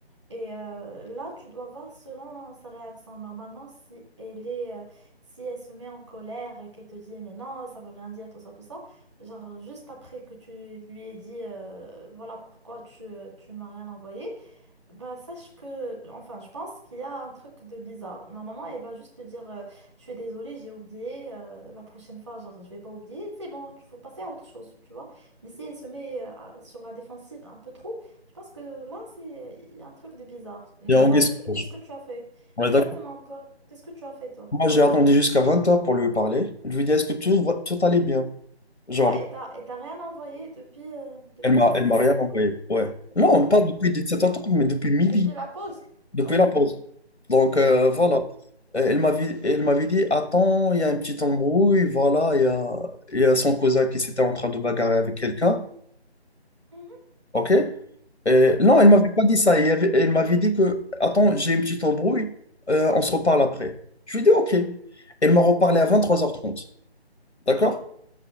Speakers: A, on the right; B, on the left.
A: Et euh, là, tu dois voir selon sa réaction. Normalement, si elle est, euh, si elle se met en colère et qu'elle te dit, mais non, ça veut rien dire, tout ça, tout ça, genre, juste après que tu lui aies dit, euh, voilà pourquoi tu, euh, tu ne m'as rien envoyé. Bah, sache que, enfin, je pense qu'il y a un truc de bizarre. Normalement, elle va juste te dire, euh, je suis désolée, j'ai oublié, euh, la prochaine fois, genre, je vais pas oublier, c'est bon, il faut passer à autre chose, tu vois. Mais si elle se met euh, à- sur la défensive un peu trop, je pense que là, c'est il y a un truc de bizarre. Hum,
B: Il y a Anguille
A: Toi, tu-
B: Sauvage.
A: qu'est-ce que tu as fait?
B: On
A: Exactement,
B: est d'accord.
A: toi, qu'est-ce que tu as fait, toi?
B: Moi, j'ai attendu jusqu'à 20h pour lui parler. Je lui dis, est-ce que tout, va- tout allait bien? Genre,
A: Ah, et t'as, et t'as rien envoyé depuis, euh, depuis
B: elle m'a,
A: 17h30?
B: elle m'a rien envoyé. Ouais. Non,
A: Ok,
B: pas depuis
A: ah,
B: 17h30, mais depuis midi,
A: depuis la pause?
B: depuis
A: Ok,
B: la pause. Donc, euh, voilà.
A: ok.
B: Euh, Elle m'avait, elle m'avait dit, attends, il y a un petit embrouille, voilà, il y a, il y a son cousin qui s'était en train de bagarrer avec quelqu'un.
A: Mhm,
B: OK? Euh, non, elle
A: ok.
B: m'avait pas dit ça. Il y avait- elle m'avait dit que, attends, j'ai une petite embrouille, euh, on se reparle après. Je lui ai dit, OK. Elle m'a reparlé à vingt-trois heures trente. D'accord?